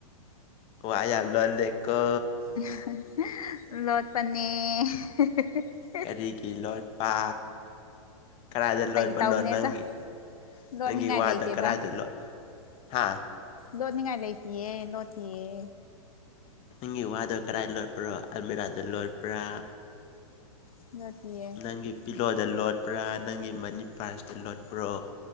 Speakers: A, on the left; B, on the left.
A: ꯋꯥ ꯌꯥꯝ ꯂꯜꯂꯦ ꯀꯣ꯫
B: <unintelligible> ꯂꯣꯠꯄꯅꯦ <unintelligible>
A: ꯀꯔꯤꯒꯤ ꯂꯣꯠꯄ ꯀꯗꯥꯏꯗ
B: ꯐꯥꯒꯤ
A: ꯂꯣꯠꯄꯅꯣ
B: ꯇꯧꯅꯦꯗ
A: ꯅꯪꯒꯤ
B: ꯂꯣꯠꯅꯤꯡꯉꯥꯏ
A: ꯅꯪꯒꯤ ꯋꯥꯗ
B: ꯂꯩꯇꯦꯗ
A: ꯀꯔꯥꯏꯗ ꯂꯣ ꯍꯥꯥ
B: ꯂꯣꯅꯤꯡꯉꯥꯏ ꯂꯩꯇꯤꯌꯦ ꯂꯣꯠꯇꯤꯑꯦ꯫
A: ꯅꯪꯒꯤ ꯋꯥꯗꯣ ꯀꯗꯥꯥꯏ ꯂꯣꯠꯄ꯭ꯔꯣ ꯑꯜꯃꯤꯔꯥꯗ ꯂꯣꯠꯄ꯭ꯔꯥ꯫
B: <unintelligible>
A: ꯅꯪꯒꯤ ꯄꯤꯂꯣꯗ ꯂꯣꯠꯄ꯭ꯔꯥ ꯅꯪꯒꯤ ꯃꯅꯤ ꯄꯥꯔꯁꯇ ꯂꯣꯠꯄ꯭ꯔꯣ